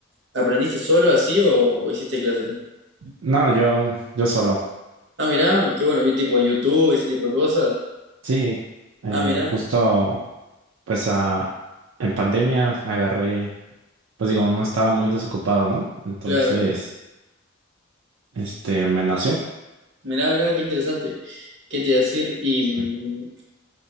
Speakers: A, on the right (about 60°); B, on the right (about 75°).
A: aprendiste solo así o, o hiciste clases?
B: No, yo, yo solo,
A: Ah, mirá, qué bueno. Vi tipo en YouTube, ese tipo de cosas.
B: sí, eh,
A: Ah, mirá,
B: justo pues a- en pandemia agarré, pues digo, no estaba muy desocupado, ¿no? Entonces,
A: claro.
B: este, me nació.
A: Mirá, mirá, qué interesante. ¿Qué te iba a decir? Y
B: Sí.
A: mm,